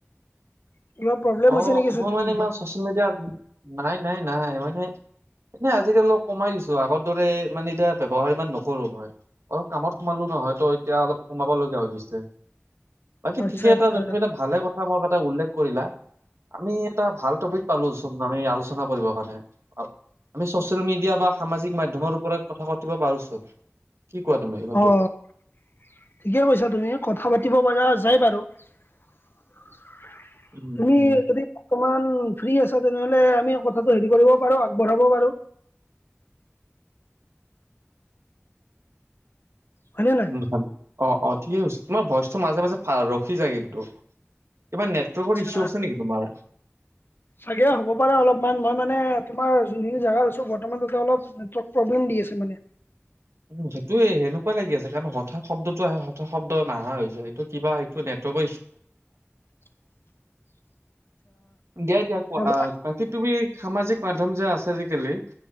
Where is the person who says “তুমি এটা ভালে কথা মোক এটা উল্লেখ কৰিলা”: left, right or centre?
Right